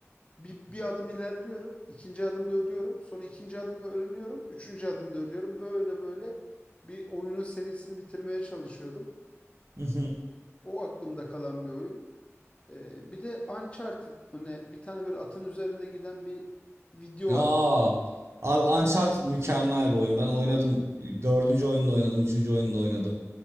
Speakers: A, on the left; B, on the right.
A: bir, bir adım ilerliyorum, ikinci adımda ölüyorum, sonra ikinci adımı öğreniyorum, üçüncü adımda ölüyorum. Böyle böyle bir oyunun serisini bitirmeye çalışıyordum.
B: Hı hı.
A: O aklımda kalan bir oyun. E, bir de Uncharted mı ne? Bir tane böyle atın üzerinde giden bir video
B: Aa,
A: var.
B: abi Uncharted mükemmel bir oyun. Ben oynadım. Dördüncü oyunda oynadım. Üçüncü oyunda oynadım.